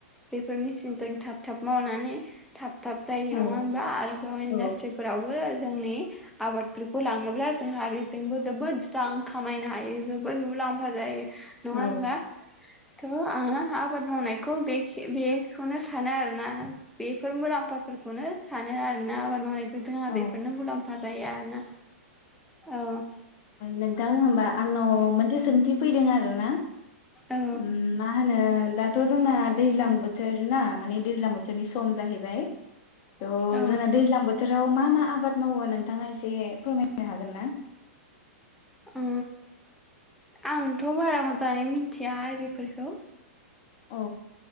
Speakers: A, in the centre; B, on the left.
A: बेफोर मेचिनजों थाब थाब मावनानै थाब थाब जायो
B: औ
A: नङा होमबा आरोबाव इन्डास्ट्रिफोरावबो
B: औ
A: जोंनि आबादफोरखौ लाङोब्ला जोंहा बेजोंबो जोबोद रां खामायनो हायो जोबोद मुलाम्फा जायो। नङा
B: औ
A: होनबा? थ' आङो आबाद मावनायखौ बे बेखौनो सानो आरोना। बेफोर मुलाम्फाफोरखौनो सानो आरो। <unintelligible> आबाद मावनाय जोंहा
B: औ
A: बेफोरनो मुलामफा जायो आरोना औ।
B: नोंथां होमबा आंनाव मोनसे सोंथि फैदों आरो ना।
A: औ
B: उ माह नो दाथ' जोंना दैज्लां बोथोर ना माने दैज्लां बोथोरनि सम जाहैबाय त'
A: औ
B: जोंना दैज्लां बथोर। औ मा मा आबाद मावो नोंथाङा एसे फोरमायनो हागोन ना।
A: ओ आंथ' बारा मोजाङै मिथिया बेफोरखौ।
B: औ।